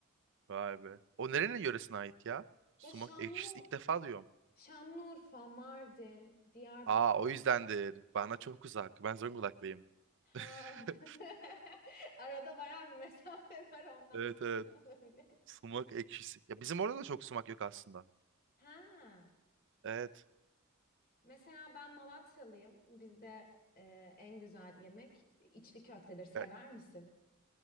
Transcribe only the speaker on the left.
Ya Şanlı
Şanlıurfa, Mardin, Diyarbakır.
Ha.
<laughs> Arada bayağı bir mesafe <laughs> var ondan
bilmiyor olabiliriz.
Ha.
Mesela ben Malatyalıyım. Bizde e, en güzel yemek içli köftedir. Sever
misin?